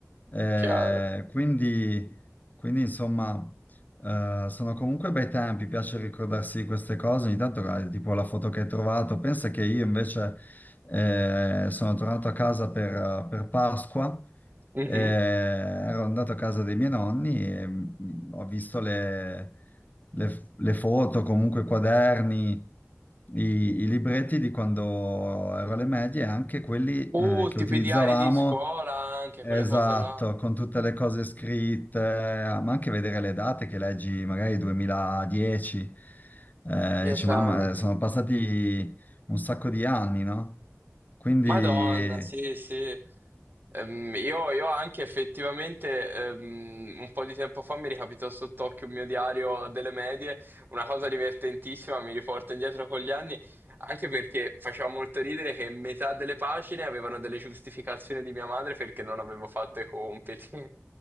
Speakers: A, on the left (about 35°); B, on the right (about 40°).
A: Eh,
B: chiaro.
A: quindi, quindi, insomma... Eh, sono comunque bei tempi, piace ricordarsi di queste cose. Ogni tanto, guarda, tipo la foto che hai trovato. Pensa che io invece eh, sono tornato a casa per, per Pasqua.
B: Mhm.
A: eh, ero andato a casa dei miei nonni e mm, ho visto le, le- le foto, comunque i quaderni, i, i libretti di quando ero alle medie e anche quelli
B: Uh,
A: eh, che
B: tipo
A: utilizzavamo.
B: i diari di scuola anche,
A: Esatto,
B: quelle cose là.
A: con tutte le cose scritte, ma anche vedere le date che leggi, magari 2010, eh,
B: Dio
A: dici,
B: santo.
A: mamma, eh, sono passati un sacco di anni, no? Quindi,
B: Madonna, sì, sì. Ehm, io, io anche effettivamente ehm, un po' di tempo fa mi ricapitò sott'occhio un mio diario delle medie, una cosa divertentissima, mi riporta indietro con gli anni, anche perché faceva molto ridere che metà delle pagine avevano delle giustificazioni di mia madre perché non avevo fatto i compiti.